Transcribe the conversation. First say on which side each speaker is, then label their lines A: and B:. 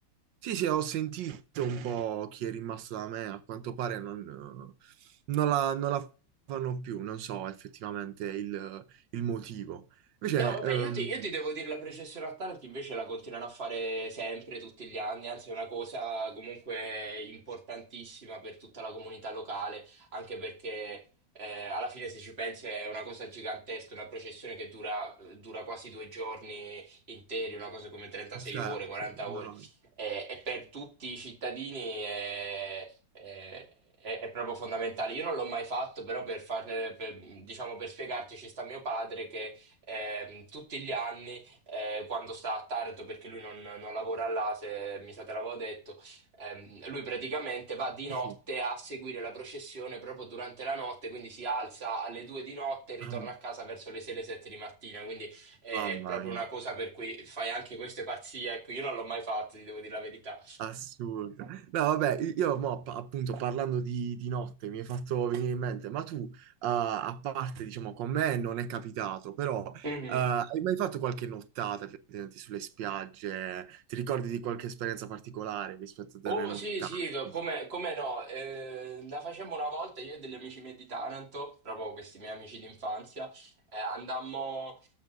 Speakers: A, on the right; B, on the right.
A: sì, sì, ho sentito un po' chi è rimasto da me, a quanto pare non, eh, non la, non la fanno più, non so effettivamente il, il motivo. Invece,
B: No, vabbè,
A: ehm,
B: io ti, io ti devo dire la processione a Taranto invece la continuano a fare sempre, tutti gli anni, anzi è una cosa comunque importantissima per tutta la comunità locale, anche perché eh, alla fine se ci pensi è una cosa gigantesca, una processione che dura, dura quasi due giorni interi, una cosa come 36
A: certo,
B: ore, 40
A: no,
B: ore, e, e per tutti i cittadini è... è- è- è proprio fondamentale. Io non l'ho mai fatto, però per, far, per, diciamo, per spiegarti ci sta mio padre che ehm, tutti gli anni eh, quando sta a Taranto, perché lui non, non lavora là, se mi sa te l'avevo detto, ehm, lui praticamente va di
A: sì,
B: notte
A: sì.
B: a seguire la processione proprio durante la notte, quindi si alza alle 2 di notte e ritorna
A: Ah,
B: a casa verso le 6, le 7 di mattina, quindi è,
A: mamma
B: è proprio
A: mia.
B: una cosa per cui fai anche queste pazzie, ecco, io non l'ho mai fatto, ti devo dire la verità.
A: Assurda. No, vabbè, i- io mo, pa- appunto parlando di, di notte mi hai fatto venire in mente, ma tu, eh, a parte, diciamo, con me non è capitato, però eh,
B: Mhm.
A: hai mai fatto qualche nottata effettivamente sulle spiagge? Ti ricordi di qualche esperienza particolare rispetto a delle
B: Oh
A: nottate?
B: sì, sì, co- come, come no, eh, la facemmo una volta io e degli amici miei di Taranto, proprio questi miei amici d'infanzia, eh, andammo,